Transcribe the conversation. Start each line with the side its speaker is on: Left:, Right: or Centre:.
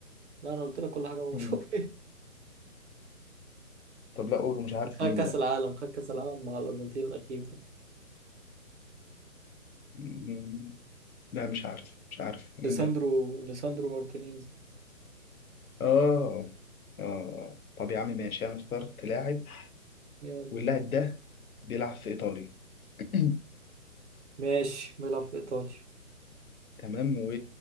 Right: لا أنا قلت لك كل حاجة هو
Left: مم.
Right: مشهور
Left: طب لا قول مش عارف
Right: خد
Left: مين
Right: كأس
Left: ده
Right: العالم خد كأس العالم مع الأرجنتين الأخير ده
Left: مم. لا مش عارف مش عارف مين
Right: ليساندرو
Left: ده
Right: ليساندرو مارتينيز
Left: اه اه طب يا عم ماشي انا اخترت لاعب
Right: يلا
Left: واللاعب ده بيلعب في ايطاليا <clears throat>
Right: ماشي بيلعب في إيطاليا
Left: تمام و